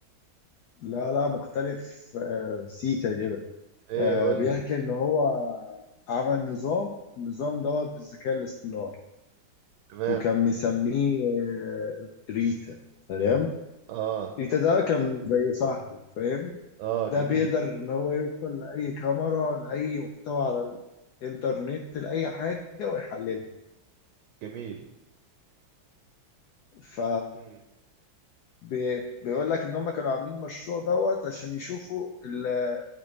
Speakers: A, on the left; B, on the right.
A: لا لا مختلف آه، سيكا كده
B: ايه
A: آه،
B: قولي
A: بيحكي ان هو عمل نظام النظام دوت بالذكاء الاصطناعي
B: تمام
A: وكان مسميه آه، ريتا تمام
B: اه
A: ريتا ده كان زي صاحبه فاهم
B: اه
A: ده
B: جميل
A: بيقدر ان هو يوصل لاي كاميرا لاي محتوى على الانترنت لاي حاجه ويحللها
B: جميل
A: ف
B: مم.
A: بي- بيقول لك ان هم كانوا عاملين مشروع دوت عشان يشوفوا ال-